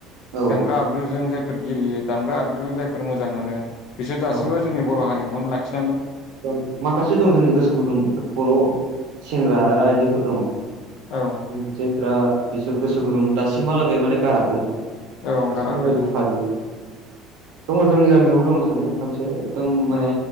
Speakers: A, on the right; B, on the left.
A: औ
B: दामग्रा आग्रुजों फोर गेलेयो दामग्रा आगजुजो जायफोर मोजां मोनो बिसोर दासिमबो
A: औ
B: जोंनि बर' हारिमु <unintelligible>
A: दं माखासे दं जोंनि गोसो गुदुं बर' सेंग्रा आरो आइजोफोर दङ।
B: औ
A: <unintelligible> फिसो गोसो गुदुं दासिमालागै माने गाराखै।
B: औ
A: दासिमालागै
B: गाराखै ओं
A: फालियो दङ जोंनि गामियावबो दङ। सानै साथामसो ओद दम माने
B: औ